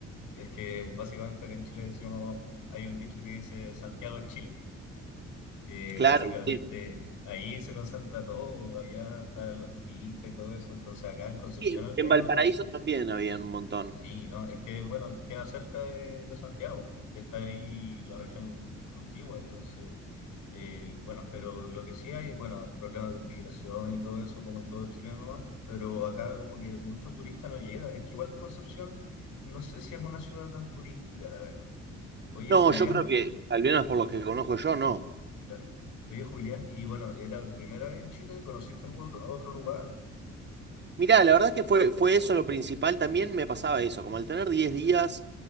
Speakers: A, on the left; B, on the right.
A: es que básicamente acá en Chile decimos, hay un dicho que dice Santiago es Chile. que
B: Claro,
A: básicamente
B: sí.
A: ahí se concentra todo, allá están los turistas y todo eso, entonces acá en Concepción
B: Sí, en
A: al menos,
B: en Valparaíso también había un montón.
A: sí, no, es que bueno, queda cerca de, de Santiago, está ahí la región contigua, entonces, eh, bueno, pero lo que sí hay, bueno, problemas de inmigración y todo eso, como en todo Chile nomás, pero acá como que mucho turista no llega, es que igual Concepción, no sé si es una ciudad tan turística, la verdad. Oye,
B: No,
A: Julián.
B: yo creo que, al menos por lo que conozco yo, no.
A: Claro. Oye, Julián, y bueno, ¿era tu primera vez en Chile? ¿Conociste algún otro, otro lugar?
B: Mirá, la verdad es que fue, fue eso lo principal. También me pasaba eso, como al tener 10 días,